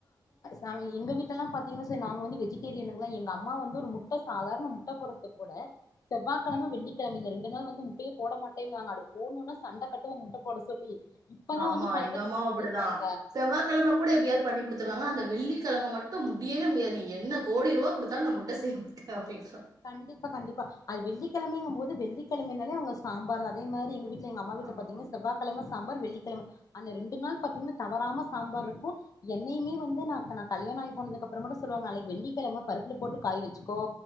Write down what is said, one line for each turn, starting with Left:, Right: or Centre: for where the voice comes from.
Left: நாங்க எங்க வீட்லலா பாத்தீங்கன்னா சார் நாங்க வந்து வெஜிடேரியனுங்களா எங்க அம்மா வந்து ஒரு முட்ட சாதாரண முட்ட போடறத்து கூட செவ்வாக்கழம வெள்ளிக்கழமைல இந்த ரெண்டு நாள் வந்து முட்டயே போட மாட் டேனாங்க அப்டி போட்னுனா சண்ட கட்டுவோ முட்ட போட சொல்லி இப்பதா
Right: ஆமா
Left: வந்து பழக்கத்துக்கு
Right: எங்க அம்மாவு
Left: மாத்திருக்காங்க
Right: அப்டிதா செவ்வாகெழம கூட எப்டியாவது பண்ணி குடுத்துருவாங்க அந்த வெள்ளிக்கழம மட்டு முடியவே முடியாது நீ என்ன கோடி ரூவா குடுத்தாலு நா முட்ட செய்ய மாட்ட அப்டின்டு
Left: கண்டிப்பா கண்டிப்பா அது வெள்ளிக்கெழமைங்க போது வெள்ளிக்கெழமைனாலே அவுங்க சாம்பார அதே மாரி எங்கவீட்ல எங்க அம்மாவீட்ல
Right: ஆமா.
Left: பாத்தீங்கன செவ்வாக்கழம சாம்பார் வெள்ளி கெழம அந்த ரெண்டு நாள் பாத்தீங்ன்னா தவறாம சாம்பார் இருக்கு என்னையுமே வந்து நா நா கல்யாண ஆயி போனது கப்பறோ கூட சொல்லுவாங்க அளைக் வெள்ளிக்கெழம பருப்புல போட்டு காய் வச்சுக்கோ